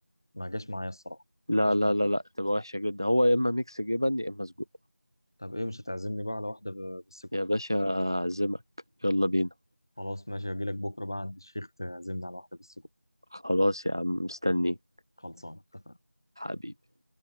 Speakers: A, on the left; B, on the right.
A: ما جاش معايا الصراحة
B: لا
A: ما جاش
B: لا
A: معايا
B: لا
A: خالص
B: لا تبقى وحشة جدا هو يا إما ميكس جبن يا إما سجق
A: طب إيه مش هتعزمني بقى على واحدة ب- بالسجق
B: يا باشا أعزمك يلا بينا
A: خلاص ماشي هجيلك بكرة بقى عند الشيخ تعزمنا على واحدة بس
B: خلاص يا عم مستنيك
A: خلصانة اتفقنا
B: حبيبي